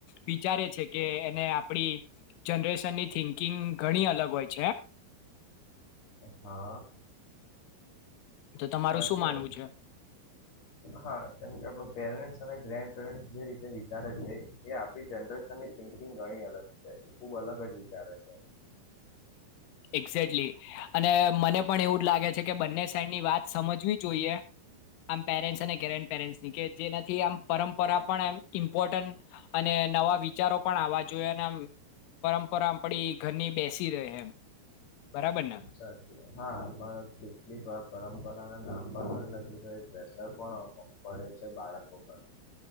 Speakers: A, on the left (about 75°); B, on the left (about 35°).
A: વિચારે છે કે એને આપડી જનરેશનની થિંકિંગ ઘણી અલગ હોય છે.
B: હા.
A: તો તમારું
B: સાચી
A: શું માનવું
B: વાત
A: છે?
B: હા કેમ કે આપણ પેરેન્ટ્સ અને ગ્રેન્ડ પેરેન્ટસ જે રીતે વિચારે છે એ આપણી જનરેશનની થિંકિંગ ઘણી અલગ છે ખુબ અલગ જ વિચારે છે.
A: એક્ઝેક્ટલી અને મને પણ એવું જ લાગે છે કે બંને સાઈડની વાત સમજવી જોઈએ આમ પેરેન્ટ્સ અને ગ્રેન્ડ પેરેન્ટ્સની કે જેનાથી આમ પરંપરા પણ એમ ઈમ્પોર્ટન્ટ અને નવા વિચારો પણ આવવા જોઈએ. અને આમ પરંપરા આપણી ઘરની બેસી રહે એમ. બરાબર ને
B: સાચી હા પણ કેટલીક વાર પરંપરાના નામ પણ તો પ્રેશર પણ પડે છે બાળકો પર.